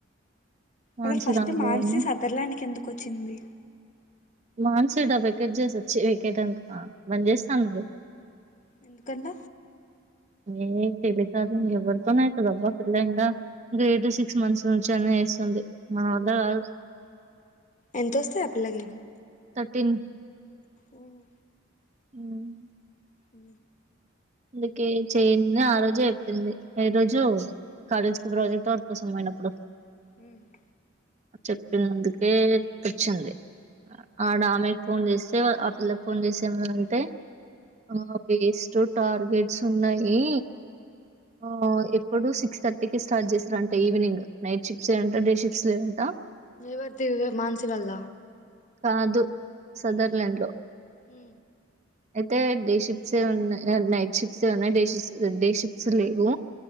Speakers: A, on the right (about 35°); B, on the left (about 40°).
A: మాన్సి
B: అసలు ఫస్ట్
A: రాదేమో
B: మాన్సీస్ సదర్ ల్యాండ్ క ఎందుకు వచ్చింది
A: మాన్స్ డబకెట్ చేసిచ్చి వెకెట్ అంత బంద చేస్తాన్నా
B: ఎందుకంట
A: ఏ తెలి కాదు ఇంక ఎవరితోనే అవుతుదబ్బా పిల్ల ఇంకా గ్రేడ్ సిక్స్ మంత్స్ నుంచి అనే వేస్తుంది మన వల్ల కాదు
B: ఎంత వస్తాయి ఆ పిల్లకి
A: థర్టీన్
B: ఉమ్
A: ఉమ్
B: ఉ
A: అందుకే చేయింది ఆ రోజు చెప్పింది ఏ రోజు కాలేజీకి ప్రాజెక్ట్ వర్ కోసం అయినప్పుడు
B: ఉమ్
A: ఆ చెప్పినందుకే వచ్చింది ఆడ ఆమెకి ఫోన్ చేస్త స ఆ పిల్ల ఫోన్ చేస మ అంత ఆ పేస్టు టార్గెట్స్ ఉన్నాయి ఓ ఎప్ ఇప్పుడు సిక్స్ థర్టీ క స్టార్ట్ చేసారు అంటే ఈవినింగ్ నైట్షప్స్ ఏంట డేషిప్స్ లే ఏవంటా
B: ఎవరిది మన్సివల్
A: కాదు సదర్లాండ్
B: ఉ
A: లో
B: ఉ
A: అయితే డే షిప్ట్స్ ఉన్నా నైట్ షిప్స్ ఉన్నాయి డే షిప్స్ డే షిప్స్ లేవు